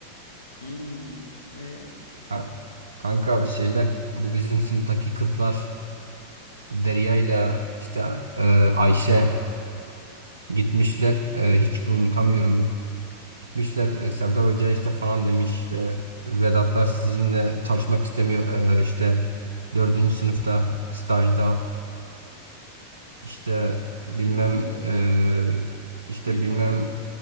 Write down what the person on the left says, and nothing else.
Hmm. E
Oo.
kanka büyük olay.
Büyük
olay